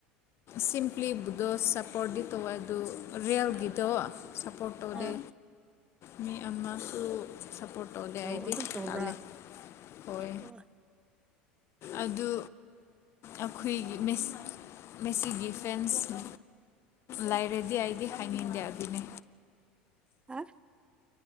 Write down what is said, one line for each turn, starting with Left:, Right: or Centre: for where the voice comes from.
Left: ꯁꯤꯝꯄ꯭ꯂꯤ ꯕꯨꯗꯣꯁ ꯁꯞꯄꯣꯔꯠꯗꯤ ꯇꯧꯋ ꯑꯗꯨ ꯔꯤꯌꯦꯜꯒꯤ ꯇꯧ ꯁꯞꯄꯣꯔꯠ ꯇꯧꯗꯦ
Right: ꯑꯥ
Left: ꯃꯤ ꯑꯃ ꯁꯨ ꯁꯞꯄꯣꯔꯠ ꯇꯧꯗꯦ
Right: ꯑꯣ
Left: ꯑꯩꯗꯤ
Right: ꯑꯗꯨꯝ ꯇꯧꯕ꯭ꯔꯥ
Left: ꯇꯥꯜꯂꯦ ꯍꯣꯏ
Right: ꯑꯣ
Left: ꯑꯗꯨ ꯑꯩꯈꯣꯏꯒꯤ ꯃꯤꯁ ꯃꯁꯤꯒꯤ ꯐꯦꯟꯁ ꯂꯩꯔꯗꯤ ꯑꯩꯗꯤ ꯍꯥꯏꯅꯤꯡꯗꯦ ꯑꯗꯨꯅꯦ
Right: ꯍꯥ